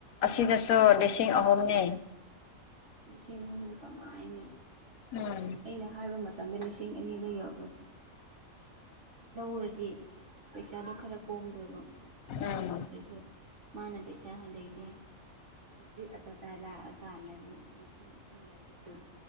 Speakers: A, on the left; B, on the right.
A: ꯑꯁꯤꯗꯁꯨ ꯂꯤꯁꯤꯡ ꯑꯍꯨꯝꯅꯤ
B: ꯂꯤꯁꯤꯡ ꯑꯍꯨꯝꯗꯨ ꯀꯃꯥꯏꯅꯍꯥꯟ
A: ꯎꯝ
B: ꯑꯩꯅ ꯍꯥꯏꯕ ꯃꯇꯝ ꯃꯇꯝꯗ ꯂꯤꯁꯤꯡ ꯑꯅꯤꯗ ꯌ ꯂꯧꯧꯔꯗꯤ ꯄꯩꯁꯥꯗꯣ ꯈꯔ ꯀꯣꯝꯗꯣꯏꯕ
A: ꯎꯝ
B: ꯂꯩꯇ꯭ꯔꯁꯨ ꯃꯥꯅ ꯄꯩꯁꯥ ꯂꯩꯇꯦ ꯍꯧꯖꯤꯛ ꯑꯇꯥ ꯑꯇꯥꯥꯏ ꯂꯥꯛꯑꯀꯥꯟꯗꯗꯤ ꯂꯤꯁꯤꯡ ꯑꯍꯨꯝ ꯌꯧꯔꯦ ꯑꯗꯨ